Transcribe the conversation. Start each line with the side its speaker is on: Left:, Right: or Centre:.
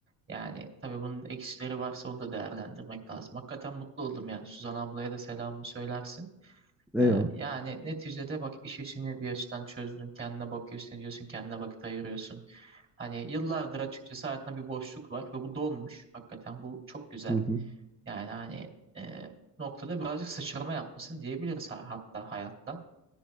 Right: Yani tabii bunun eksileri varsa onu da değerlendirmek lazım. Hakikaten mutlu oldum yani. Suzan ablaya da selamımı söylersin.
Centre: Eyvallah.
Right: Ee, yani neticede bak iş işini bir açıdan çözdün. Kendine bakıyorsun, ediyorsun, kendine vakit ayırıyorsun. Hani yıllardır açıkçası hayatında bir boşluk var ve bu dolmuş. Hakikaten bu çok güzel.
Centre: Hı hı.
Right: Yani hani e, noktada birazcık sıçrama yapmışsın diyebiliriz ha- hatta hayatta.